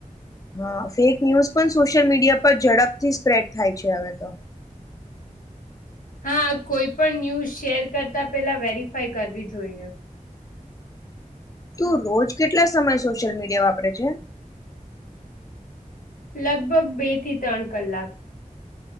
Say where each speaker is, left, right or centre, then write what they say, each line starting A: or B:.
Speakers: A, on the left; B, on the left.
A: હા ફેક ન્યૂઝ પણ સોશિયલ મીડિયા પર ઝડપથી સ્પ્રેડ થાય છે હવે તો.
B: હા કોઈ પણ ન્યૂઝ શેર કરતા પેલા વેરીિફાય કરવી જોઈએ.
A: તું રોજ કેટલા સમય સોશિયલ મીડિયા કે વાપરે છે.
B: લગભગ બે થી ત્રણ કલાક.